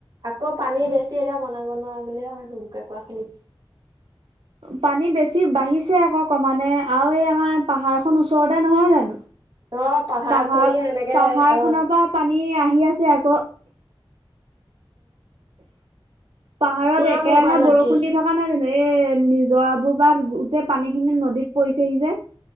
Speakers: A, on the right; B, on the right.
A: আকৌ পানী বেছি এতিয়া বনাব নোৱাৰোৱা বুলিহে মানে সুজোকে কোৱা শুনি
B: পানী বেছি বাঢ়িছে আকৌ কমানে আৰু এই আমাৰ পাহাৰ খ ওচৰতে নহয় জানো
A: অ
B: পাহাৰ
A: খৰি এনেকে
B: পাহাৰ
A: অ
B: খনৰ পৰা পানী আহি আছে আকৌ পাহাৰত
A: পুৰা
B: একেৰাহে
A: মোবাইলত
B: বৰষুণ
A: আছে।
B: দি থকা নাই জানো এ নিজৰাবোৰ পৰা গোটেই পানী খিনি নদীত পৰিছেহি যে